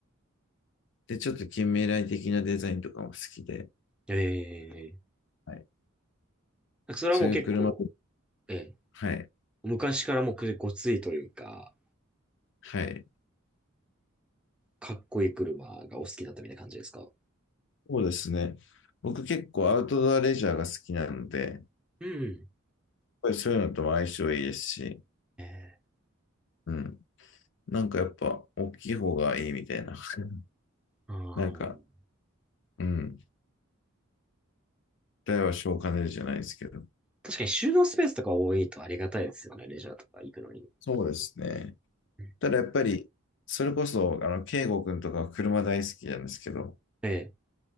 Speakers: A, on the left; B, in the centre.
A: で、ちょっと近未来的なデザインとかも好きで、
B: ええ
A: はい。
B: なんかそれはもう結構、
A: そういう車、
B: ええ、
A: はい。
B: 昔からもうくごついというか、
A: はい。
B: かっこいい車がお好きだったみたいな感じですか
A: そうですね。僕結構アウトドアレジャーが好きなので、やっ
B: うん。
A: ぱりそういうのとも相性いいですし、
B: ええ、
A: うん。なんかやっぱ大きい方がいいみたいな。<laughs>
B: あー
A: なんか、うん。大は小を兼ねるじゃないですけど。
B: 確かに収納スペースとか多いとありがたいですよね、レジャーとか行くのに。
A: そうですね。
B: うん
A: ただやっぱり、それこそ、あの、圭吾君とかは車大好きなんですけど、やっ
B: ええ、